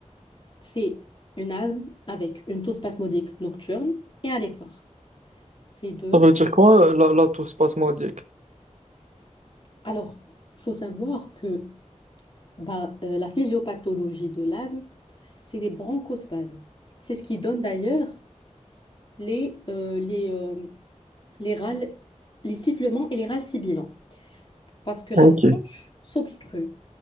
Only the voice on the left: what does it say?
C'est une asthme avec une toux spasmodique nocturne et à l'effort. C'est deux.
Alors, il faut savoir que bah, euh, la physiopathologie de l'asthme, c'est des bronchospasmes. C'est ce qui donne d'ailleurs les, euh, les, euh, les râles, les sifflements et les râles sibilants, parce que
la bronche s'obstrue.